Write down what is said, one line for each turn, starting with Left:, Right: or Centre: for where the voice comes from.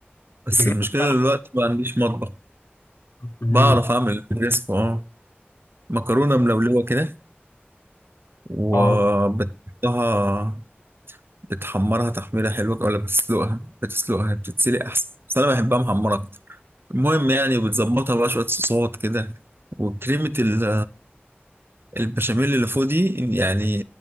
Right: بس
Left: بجد
Right: المشكله
Left: بتعرف
Right: دلوقتي ما عنديش مطبخ
Left: تعمله
Right: بعرف اعمل نجرسكو اه مكرونه ملولوه كده وبتحطها
Left: اه
Right: بتحمرها تحميرة حلوة ولا بتسلقها بتسلقها بتتسلق أحسن بس أنا بحبها محمرة أكتر المهم يعني وبتظبطها بقى شوية صوصات كده وكريمة ال- البشاميل اللي فوق دي يعني